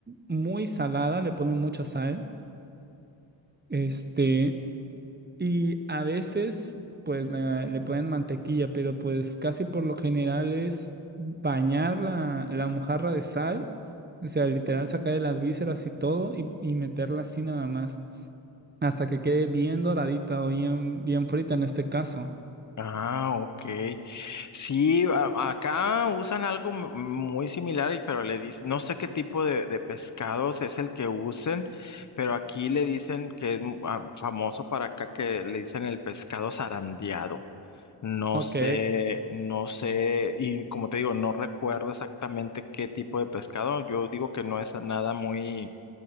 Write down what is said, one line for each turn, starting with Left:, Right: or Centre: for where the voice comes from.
Right: muy salada, le ponen mucha sal, este, y a veces pues la- le, ponen mantequilla, pero pues casi por lo general es bañar la, la mojarra de sal, o sea, literal sacar las vísceras y todo y, y meterla así nada más, hasta que quede bien doradita o bien, bien frita en este caso.
Left: Ah, ok. Sí, a- acá usan algo m- muy similar, y- pero le dicen, no sé qué tipo de, de pescados es el que usen, pero aquí le dicen que es m- ah, famoso para acá que le dicen el pescado zarandeado. No
Right: Ok,
Left: sé, no sé, y como te digo, no recuerdo exactamente qué tipo de pescado. Yo digo que no es nada muy